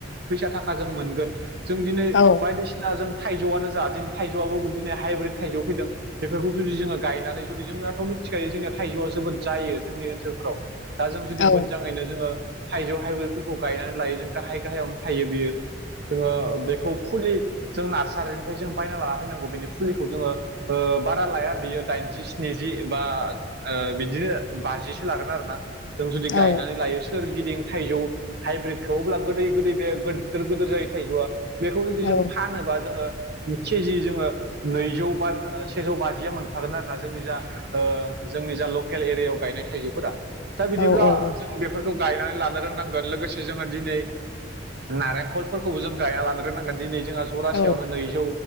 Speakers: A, on the right; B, on the left.
A: फैसा थाखा जों मोनगोन जों दिनै
B: औ
A: बायदिसिना जों थाइजौआनो जा जोंनि थाइजौआबो दिनै हाइब्रिद थाइजौ फैदों बेफोरखौ जुदि जोङो गायनानै जुदि जोंनाथ मिथिखायो जोंनिया थाइजौआ जोबोद जायो जोंनि ओनसोलफोराव दा जों जुदि
B: औ
A: मोजाङैनो जोंङो थाइजौ हाइवफोरखौ गायनानै लायो जों गाहाय गाहायावनो थायो बियो जोंङो बेखौ फुलि जों नारसारिनिफ्राय जों बायना लाना फैनांगौ बेनि फुलिखौ जोंङो बारा लाया बियो दाइनजि स्निजि बा बिदिनो बाजिसो लागोन आरो ना जों जुदि गायनानै
B: औ
A: लायो सोरगिदिं थाइजौ हाइब्रिदखौब्ला गोदै गोदै बे गिदिर गिदिर जायो थाइजौआ बे खौ जुदि
B: औ
A: जों फानोबा जोंङो केजि जोंङो नैजौ बा सेजौ बाजिया मोनखागोन आरोना जोंनि जा जोंनि जा लकेल एरियायाव गायनाय थाइजौफोरा दा बिदिब्ला
B: औ औ औ
A: जों बेफोरखौ गायनानै लानो रोंनांगोन लोगोसे जोंङो दिनै नारेंखलफोरखौबो जों गायना लानो नांगोन दिनै जोंहा जरासेयावनो
B: औ
A: नैजौ